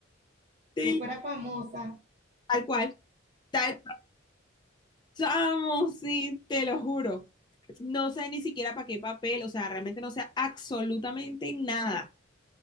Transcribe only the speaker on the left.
te-
tal cual, tal, chamo, sí, te lo juro. No sé ni siquiera para qué papel, o sea, realmente no sé absolutamente nada.